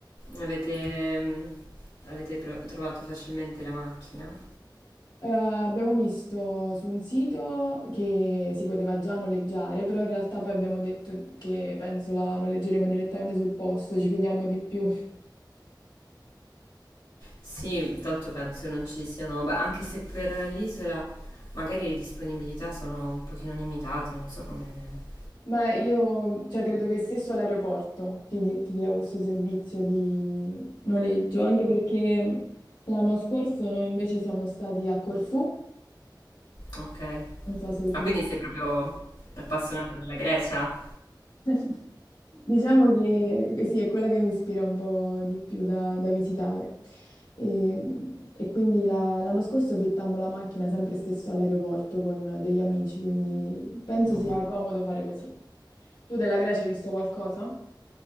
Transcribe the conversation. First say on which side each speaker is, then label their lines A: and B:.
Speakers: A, on the left; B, on the left.
A: Avete, mm, avete pro- trovato facilmente la macchina?
B: Eh, abbiamo visto su un sito che si poteva già noleggiare, però in realtà poi abbiamo detto che penso la noleggeremo direttamente sul posto, ci fidiamo di più.
A: Sì, tanto penso non ci siano, beh, anche se per l'isola magari le disponibilità sono un pochino limitate, non so come...
B: Ma io, cioè, credo che stesso all'aeroporto ti, di- ti dia questo servizio di noleggio, anche perché l'anno scorso noi invece siamo stati a Corfù,
A: Ok.
B: non so se
A: Ah,
B: tu...
A: quindi sei proprio appassionata della Grecia?
B: <laughs> Diciamo che eh sì, è quella che mi ispira un po' di più da, da visitare. E, e quindi la- l'anno scorso fittammo la macchina sempre stesso all'aeroporto con degli amici, quindi penso
A: Mhm.
B: sia comodo fare così. Tu della Grecia hai visto qualcosa?